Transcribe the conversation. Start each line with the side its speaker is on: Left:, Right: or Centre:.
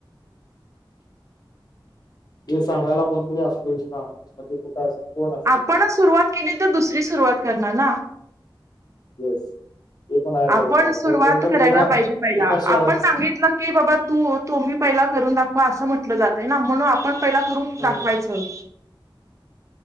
Right: <inaudible>
Left: हे सांगायला कोणतरी असतच ना, <unintelligible>
Right: आपणच सुरुवात केली तर दुसरी सुरुवात करणार ना?
Left: येस. हे पण आहे बरोबर
Right: आपण
Left: आहे.
Right: सुरुवात
Left: तर कोणतरी
Right: करायला
Left: लिडर
Right: पाहिजे पहिला
Left: एका शहरस-
Right: आपण सांगितलं की बाबा तू तुम्ही पहिला करून दाखवा. असं म्हटलं जातय ना? म्हणून आपण- पहिला करून
Left: हम्म
Right: दाखवायचं.